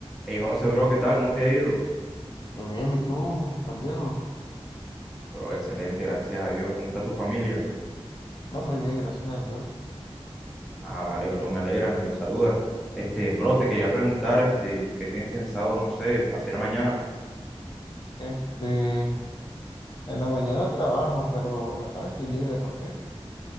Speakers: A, in the centre; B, on the left (about 45°).
A: Hey José, bro, ¿qué tal? ¿Cómo te ha ido?
B: Muy bien, ¿y tú, Juan Diego?
A: Bro, excelente, gracias a Dios. ¿Cómo está tu familia?
B: No, muy bien, gracias a Dios.
A: Ah, vale, bro, me alegra, me lo saludas. Este, bro, te quería preguntar, este, ¿qué tienes pensado, no sé, hacer mañana?
B: Este, en la mañana trabajo, pero en la tarde estoy libre. ¿Por qué?